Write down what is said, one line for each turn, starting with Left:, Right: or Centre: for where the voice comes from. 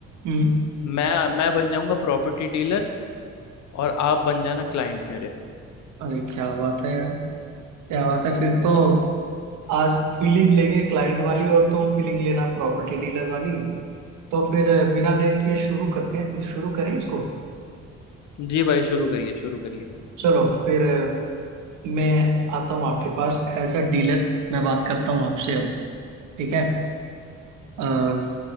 Right: हम्म।
Left: मैं मैं बन जाऊंगा प्रॉपर्टी डीलर और आप बन जाना क्लाइंट मेरे
Right: अरे क्या बात है यार क्या बात है फिर तो आज फीलिंग लेंगे क्लाइंट वाली और तुम फीलिंग लेना प्रॉपर्टी डीलर वाली तो फिर बिना देर किए शुरू करते हैं फिर शुरू करें इसको
Left: जी भाई शुरू करिए शुरू करिए
Right: चलो फिर मैं आता हूँ आपके पास एज अ डीलर मैं बात करता हूँ आपसे अब ठीक है अ,